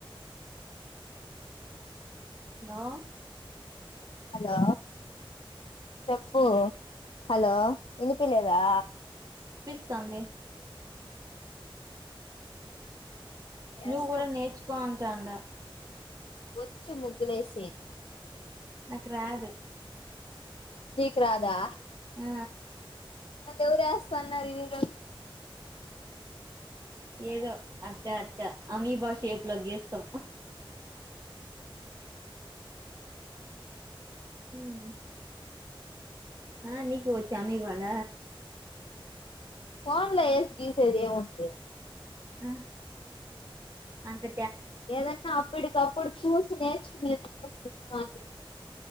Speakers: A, on the right (about 35°); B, on the left (about 75°).
A: అలో
B: అలో చెప్పూ హలో ఇనిపిలేదా
A: స్తుంది నువ్
B: ఎస్తా
A: గడా నేర్చుకో టాండా
B: ఒచ్చు ముగులే సేయ్
A: నక్ రాదు
B: నీక్ రాదా
A: ఆ
B: మళ్ళ ఎవరేస్త అన్నారు ఇని <inaudible>
A: ఏదో అట్ట అట్టా అమీబాషేపు గీస్తం హ్మ్ ఆ నీకు వచ్చ అమివాళ్ళ
B: ఫోన్లో ఏస్ గీస్దె ఏం ఉంది
A: ఆ అంతే
B: ఏదన్నా అప్పడికప్పుడు చూసి సి నేర్చుకునేది మాత్రం